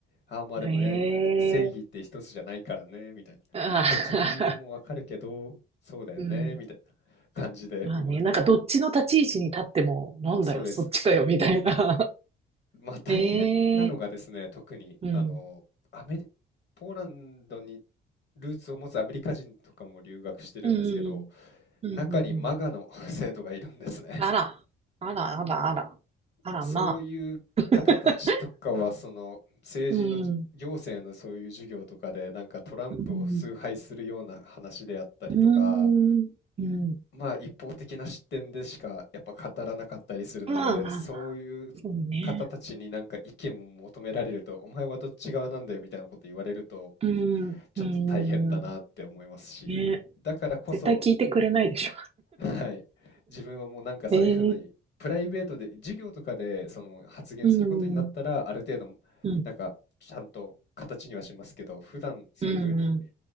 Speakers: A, on the left; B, on the right.
A: ああまあでもね、
B: ええ
A: 正義って一つじゃないからね、みたいな。
B: あ
A: こっちの言い分もわかるけど、
B: あ、
A: そうだよね、
B: <laughs> うん。
A: みたいな感じでうまく。
B: まあね、なんかどっちの立ち位置に立っても、なんだよ、
A: そうです。
B: そっちかよ、みたいな。
A: まあ大変なのがですね、
B: <laughs> ええ
A: 特にあのアメリ、
B: うん。
A: ポーランドにルーツを持つアメリカ人とかも留学してるんですけど、
B: うん。うん。うん。
A: 中にマガの
B: うんうん
A: <laughs> 生徒がいるんですね。
B: あら。あら、あら、あら。あら、
A: そういう方たちとかは、
B: まあ。<laughs>
A: その政治のじ行政のそういう授業とかで、
B: うん。
A: なんかトランプを崇拝するような話であったりとか、
B: うん。うん。うん。
A: まあ、一方的な視点でしかやっぱ語らなかったりするので、
B: まあまあまあ、
A: そういう方たちになんか意見を求められると、
B: そうね。
A: お前はどっち側なんだよみたいなこと言われると、
B: うん、
A: ちょっと大変だなって思いますし、
B: うん、うんね。
A: だからこそ、
B: 絶対聞いてくれないでしょ。
A: はい、自分はもうなんかそういうふうに、
B: <laughs> ええ
A: プライベートで、授業とかでその発言することになったら、
B: うん、
A: ある程度、
B: うん、
A: なんかちゃんと形にはしますけど、普段そういうふうに
B: うん、